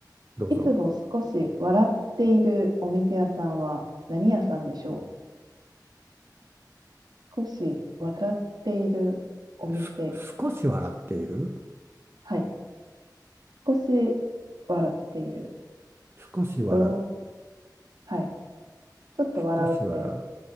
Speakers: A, on the right (about 30°); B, on the right (about 65°).
A: どうぞ。
B: いつも少し笑っているお店屋さんは何屋さんでしょう少し笑っているお店。
A: す、少し笑っている
B: はい。少し笑っている。
A: 少し笑う。
B: どうはい。ちょっと笑うって
A: 少し笑う。